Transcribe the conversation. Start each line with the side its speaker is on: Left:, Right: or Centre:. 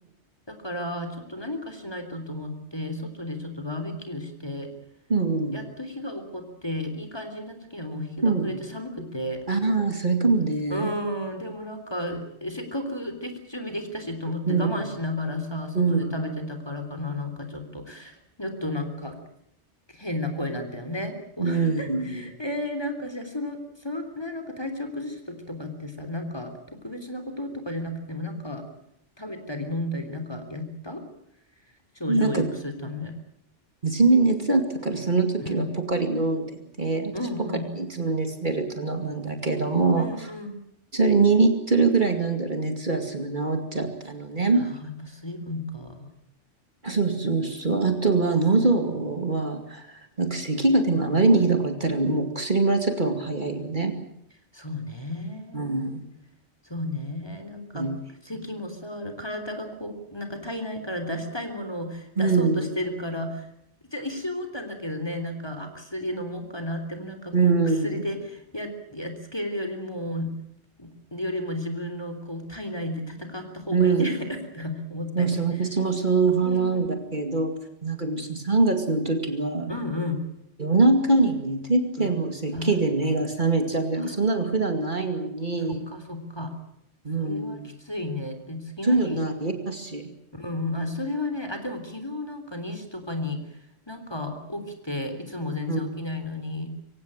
Left: だからちょっと何かしないとと思って、外でちょっとバーベキューして、
Right: うん、
Left: やっと日が起こって、いい感じになった時にはもう日が暮れて寒くて、
Right: うん。ああ、それかもね。
Left: うーん、でもなんか、せっかくでき、準備できたしと思って我慢しながらさ、
Right: うん、
Left: 外で食べてたからかな、
Right: うん、
Left: なんかちょっと、ちょっとなんか変な声なんだよね。<laughs>
Right: うん。
Left: えー、なんかじゃあ、その、その、ね、なんか体調崩した時とかってさ、なんか特別なこととかじゃなくても、なんか食べたり飲んだりなんかやった症状を良くするため。
Right: なんか、初め熱あったから、その時はポカリ飲んでて、
Left: うん。
Right: 私ポカリいつも熱出ると飲むんだけども、
Left: うんうん。うんうん。
Right: それ2リットルぐらい飲んだら熱はすぐ治っちゃったのね。
Left: ああ、やっぱ水分か。
Right: そうそうそう。あとは喉は、なんか咳がでもあまりにひどかったらもう薬もらっちゃった方が早いよね。
Left: そうね。
Right: うん、
Left: そうね。なんか、
Right: うん、
Left: 咳もさ、体がこう、なんか体内から出したいものを出そうとしてるから、
Right: うん、
Left: じゃ一瞬思ったんだけどね、なんか、あ、薬飲もうかなって、でもなんかこう、
Right: うん、
Left: 薬でや、やっつけるよりも、よりも自分のこう、体内で戦った方がいいんじゃないかとか思ったり。
Right: うん。そうそう、私もそう派なんだけど、
Left: うん。
Right: なんかでもその3月の時は、
Left: うんうん。
Right: 夜中に寝てても咳で目が覚めちゃうみたいな、
Left: ああ、
Right: そんなの普段ないのに、
Left: そっかそっか。それはきついね。
Right: うん、
Left: で、次の日、
Right: そういうのないだし、
Left: うんあ、それはね、あ、でも昨日なんか2時とかになんか起きて、いつも全然起きないのに。
Right: うん、